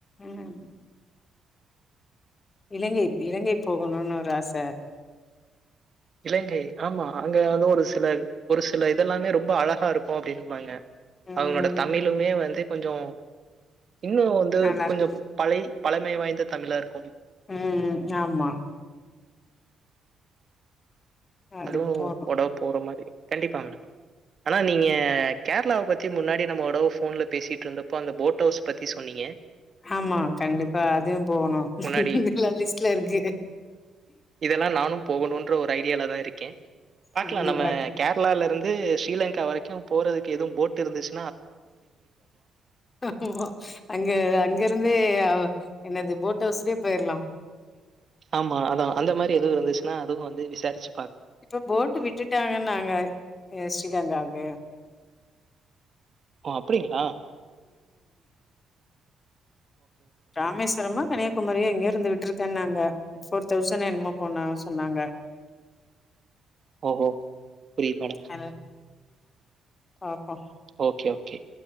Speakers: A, on the left (about 35°); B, on the right (about 45°).
A: ம் இலங்கை இலங்கை போகணுன் ஒரு ஆச
B: இலங்கை ஆமா அங்க வந்து ஒரு சிலர் ஒரு சில இதெல்லாமே ரொம்ப அழகா இருக்கு அப்படின்னுபாங்க
A: ம்
B: அவங்களோட தமிழுமே வந்து கொஞ்சொ இன்னு வந்து
A: நல்லா
B: கொஞ்ச
A: இருக்கு
B: பழை பழமை வாய்ந்த தமிழர்
A: ம் ம் ஆமா அதுக்கு
B: அதுவு
A: போனு
B: ஒடவ் போர்ற மாரி கண்டிப்பா மேடம் ஆனா நீங்க கேர்ளாவப் பத்தி முன்னாடி நம்ம ஒடவ ஃபோன்ல பேசிட்ருந்தப்போ அந்த போட்டவுஸ் பத்தி சொன்னீங்க
A: ஆமா கண்டிப்பா அதியு போணு
B: முன்னாடி.
A: எல்லா லிஸ்ட்ல இருக்கு
B: இதெல்லா நானும் போகணுன் ன்ற ஒரு ஐ டியால தா இருக்கே பாக்லா
A: கண்டிப்பாக
B: நம்ம கேர்ளாலருந் து ஸ்ரீலங்கா வரைக்கு போறதுக்கு எதுவும் போட் இருந்துச்
A: ஆமா அங்க அங்கருந்தே என்னது போட் ஹவுஸ்லயே போயர்லா
B: ஆமா அதா அந்த மாரி எதுவு இருந்துச்சுனா து வந்து விசாரிச்
A: இப்ப போட்டு விட்டுட்டாங்கன்னாங்க எ ஶ்ரீலங்காவுக்கு
B: ஓ அப்டிங்ளா
A: இராமேஸ்வரமா கன்னியாகுமரியோ எங்கயோ இருந்து விட்ருக்கன்னாங்க ஃபோர் தௌசண் என்னமோ போனா சொன்னாங்க
B: ஓஹோ ஃப்ரீ மேடம்
A: அது பாப்போ
B: ஓகே ஓகே